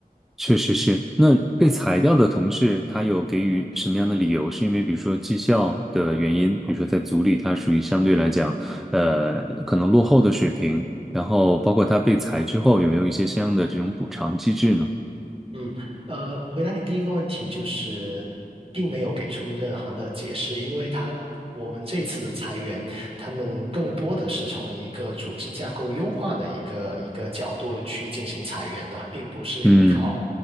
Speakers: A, in the centre; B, on the right (about 40°).
A: 确实是。那被裁掉的同事，他有给予什么样的理由？是因为比如说绩效的原因，比如说在组里他属于相对来讲，呃，可能落后的水平，然后包括他被裁之后，有没有一些相应的这种补偿机制呢？
B: 嗯，呃，回答你第一个问题就是，并没有给出任何的解释，因为他我们这次的裁员，他们更多的是从一个组织架构优化的一个一个角度去进行裁员的，并不是依靠，
A: 嗯